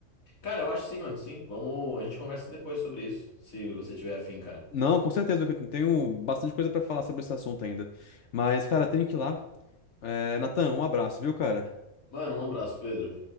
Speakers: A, on the left; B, on the left.
A: Cara, eu acho sim, mano, sim. Vamos. A gente conversa depois sobre isso, se você tiver afim, cara.
B: Não, com certeza, que eu tenho bastante coisa pra falar sobre esse assunto ainda. Mas, cara, tenho que ir lá. É, Natan, um abraço, viu, cara?
A: Mano, um abraço, Pedro.